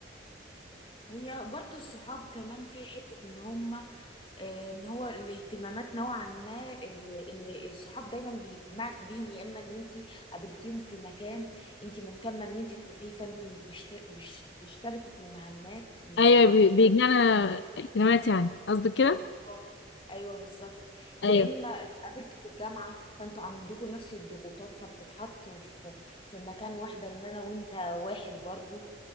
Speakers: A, on the left; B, on the left.
A: هي برضو الصحاب كمان في حته ان هم آه، ان هو الاهتمامات نوعا ما اللي اللي الصحاب دايما بيجمعك بيهم يا اما ان انت قابلتيهم في مكان انت مهتمه ان انت تروحيه فانت بتشت... بتشتركوا في المهمات الاهتمامات
B: ايوه بي- بيجمعنا اهتمامات يعني قصدك كده
A: اه ايوه بالظبط يا
B: ايوه
A: اما اتقابلتوا في الجامعه فانتوا عندكم نفس الضغوطات فبتتحطوا في في مكان واحده ان انا وانت واحد برضو